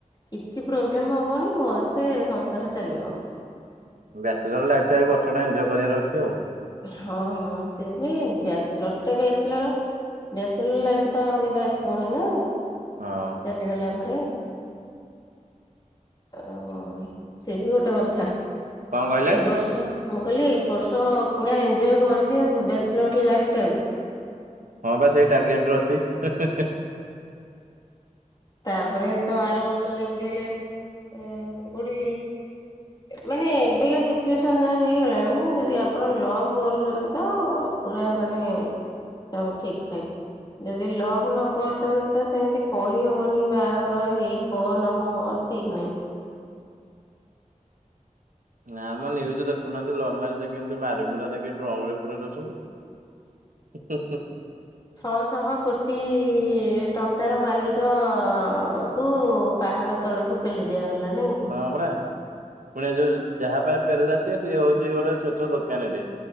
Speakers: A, on the left; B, on the right.
A: କିଛି ପ୍ରୋବ୍ଲେମ ହବନି ଭଲସେ ସଂସାର ଚାଲିବ।
B: ବ୍ୟାଚଲର ଲାଇଫ ଟା ଏ ବର୍ଷଟା ଏନଜୟ କରିବାର ଅଛି ଆଉ।
A: ହଁ ହଁ ସି ବି ବ୍ୟାଚଲର ଟେ ବ୍ୟାଚଲର। ବ୍ୟାଚଲର ଲାଇଫ ତ ଆଉ କେବେ ଆସିବନି ନା
B: ହଁ
A: ଚାଲିଗଲା ପରେ। ଓ ସେ ବି ଗୋଟେ କଥା
B: କଣ କହିଲେ?
A: ଏ ବର୍ଷ ମୁଁ କହିଲି ଏବ ବର୍ଷ ପୁରା ଏନଜୟ କରିଦିଅନ୍ତୁ ବ୍ୟାଚଲର୍ ଲାଇଫଟାକୁ।
B: ହଁ ପା ସେଇ ଟାର୍ଗେଟ ରେ ଅଛି।
A: ତାପରେ ତ ଆର ବର୍ଷ ଯେମିତି ହେଲେ ଆ କୋଉଠି ମାନେ ଏବେକା ସିଚୁଏସନ ଯାହା ହେଇଗଲାଣି ଯଦି ଆପଣ ଲଭ କରୁଛନ୍ତି ତ ପୁରା ମାନେ ସବୁ ଠିକ୍ ଠାକ୍ ଯଦି ଲଭ୍ ନ କରୁଛନ୍ତି ତ ସେମିତି କହିବନି ବାହାଘର ହେବ ନହବ ଠିକ ନାହିଁ।
B: ନା ମ ନ୍ୟୁଜ ଦେଖୁନାହାନ୍ତି ଲଭ ମ୍ୟାରେଜ କେମିତି ମାରି ମୁରା ଦେଇକି ଡ୍ରମରେ ପୁରେଇ ଦଉଛନ୍ତି। ହୁଁ
A: ଛଅଶହ କୋଟି ଟଙ୍କାର ମାଲିକକୁ ପାହାଡ ତଳକୁ ପେଲି ଦିଆ ଲାଇନ ନାହିଁ କି?
B: ହୁଁ ହଁ ପରା ପୁଣି ଏ ଯୋଉ ଯାହା ପାଇଁ ପେଲିଲା ସିଏ ହଉଛି ଗୋଟେ ଛୋଟ ଦୋକାନିଟେ।